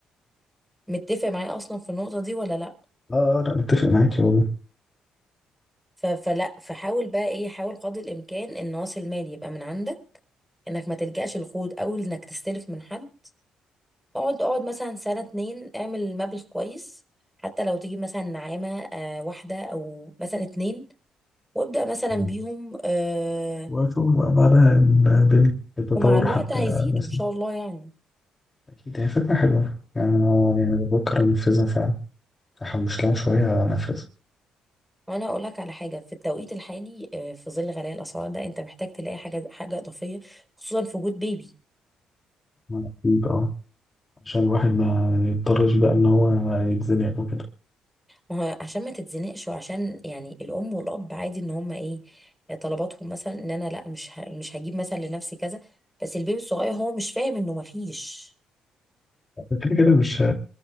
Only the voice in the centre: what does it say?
متفق معايا اصلا في النقطة دي ولا لا
ف- فلا فحاول بقى ايه حاول قدر الامكان ان راس المال يبقى من عندك انك ما تلجأش القروض او انك تستلف من حد اقعد اقعد مثلا سنة اتنين اعمل مبلغ كويس حتى لو تجيب مثلا نعامة آه، واحدة او مثلا اتنين وابدأ مثلا
بيهم آه،
ومع الوقت
هيزيدوا
ان شاء الله يعني
وانا اقول لك على حاجه في التوقيت الحالي آه، في ظل غلاء الاسعار ده انت محتاج تلاقي حاجه حاجه اضافيه خصوصا في وجود بيبي
ما هو عشان ما تتزنقش وعشان يعني الام والاب عادي ان هما ايه طلباتهم مثلا ان انا لا مش ه... مش هجيب مثلا لنفسي كذا بس البيبي الصغير هو مش فاهم انه مفيش